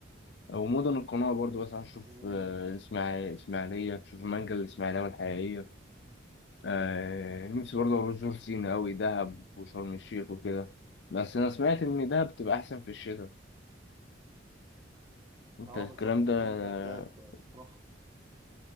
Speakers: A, on the left; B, on the right.
A: ومدن القناة برضو بس أشوف
B: امم
A: إسماعيلية إسماعيلية أشوف المانجا الإسماعيلية والحقيقية آه، نفسي برضو أروح جورج سينا أوي دهب وشرم الشيخ وكده بس أنا سمعت إن دهب بتبقى أحسن في الشتاء أنت
B: اه
A: الكلام
B: بالظبط
A: ده
B: ده حقيقي
A: آه،
B: فعلا دهب تتراح